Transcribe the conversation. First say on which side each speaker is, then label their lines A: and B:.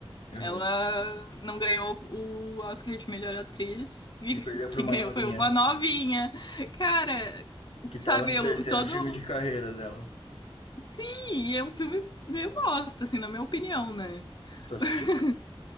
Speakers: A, on the left; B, on the left.
A: aham.
B: Ela não ganhou o Oscar de melhor atriz, e
A: E
B: <laughs>
A: perdeu pra
B: quem
A: uma
B: ganhou
A: novinha.
B: foi uma novinha. Cara,
A: que
B: sabe,
A: tava no
B: eu
A: terceiro
B: todo.
A: filme de carreira dela.
B: Sim, e é um filme meio bosta, assim, na minha opinião, né?
A: Tu assistiu?
B: <laughs>